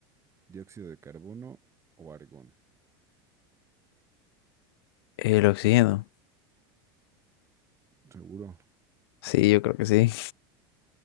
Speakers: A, on the right (about 20°); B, on the left (about 80°).
A: dióxido de carbono o argón.
B: El oxígeno.
A: ¿Seguro?
B: Sí, yo creo que sí.